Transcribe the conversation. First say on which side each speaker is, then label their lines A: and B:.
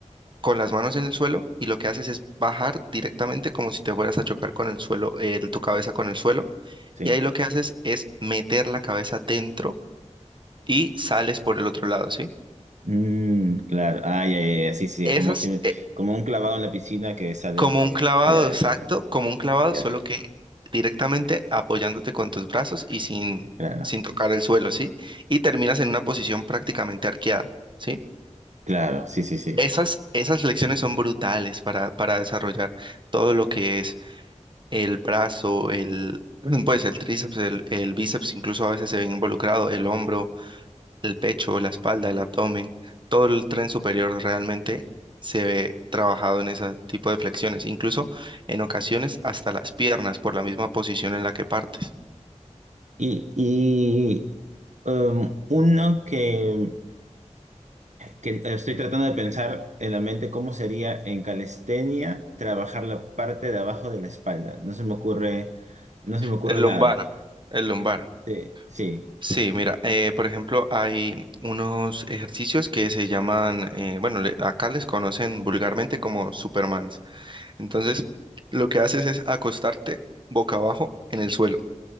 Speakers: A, on the right (about 40°); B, on the right (about 70°).
A: con las manos en el suelo y lo que haces es bajar directamente como si te fueras a chocar con el suelo, eh, tu cabeza con el suelo.
B: sí.
A: Y ahí lo que haces es meter la cabeza dentro y sales por el otro lado, ¿sí?
B: Mm, claro. Ah, ya, ya, ya, Sí, sí.
A: Esas,
B: Como si,
A: eh,
B: como un clavado en la piscina que sale,
A: como
B: que,
A: un clavado,
B: ya, ya,
A: exacto, como un clavado,
B: ya.
A: solo que directamente apoyándote con tus brazos y sin,
B: Claro.
A: sin tocar el suelo, ¿sí? Y terminas en una posición prácticamente arqueada, ¿sí?
B: Claro, sí, sí, sí.
A: Esas, esas flexiones son brutales para, para desarrollar todo lo que es el brazo, el, <clears throat> pues el tríceps, el, el bíceps, incluso a veces se ve involucrado, el hombro, el pecho, la espalda, el abdomen, todo el tren superior realmente se ve trabajado en ese tipo de flexiones, incluso en ocasiones hasta las piernas por la misma posición en la que partes.
B: Y, y um, uno que, que estoy tratando de pensar en la mente cómo sería en calistenia trabajar la parte de abajo de la espalda. No se me ocurre, no se me ocurre
A: El
B: nada.
A: lumbar, el lumbar.
B: Sí, sí.
A: Sí, mira, eh, por ejemplo, hay unos ejercicios que se llaman, eh, bueno, le- acá les conocen vulgarmente como Supermans. Entonces, lo que haces es acostarte boca abajo en el suelo.